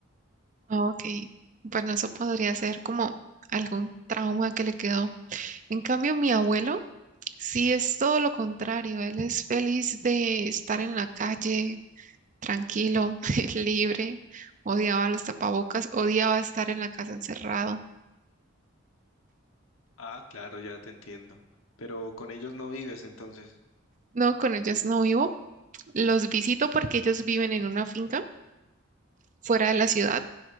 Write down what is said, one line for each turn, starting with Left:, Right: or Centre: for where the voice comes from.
Right: Ah, Ok, bueno, eso podría ser como algún trauma que le quedó. En cambio, mi abuelo sí es todo lo contrario. Él es feliz de estar en la calle, tranquilo, <laughs> libre. Odiaba los tapabocas, odiaba estar en la casa encerrado.
Left: Ah, claro, ya te entiendo. Pero con ellos no vives entonces.
Right: No, con ellos no vivo. Los visito porque ellos viven en una finca fuera de la ciudad.